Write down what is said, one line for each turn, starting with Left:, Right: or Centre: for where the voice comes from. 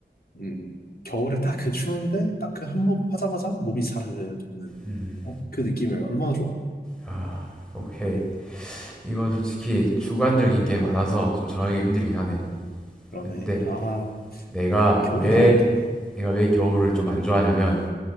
Left: 음, 겨울에 딱 그 추운데 딱 그 한몫 하자마자 몸이 사르르 녹는
Centre: 음.
Left: 어? 그 느낌이 얼마나 좋아.
Centre: 아, 오케이. 이건 솔직히 주관적인 게 많아서 좀 정하기가 힘들긴 하네.
Left: 그러네.
Centre: 근데
Left: 아,
Centre: 내가
Left: 겨울이
Centre: 왜,
Left: 나은데.
Centre: 내가 왜 겨울을 좀 안 좋아하냐면,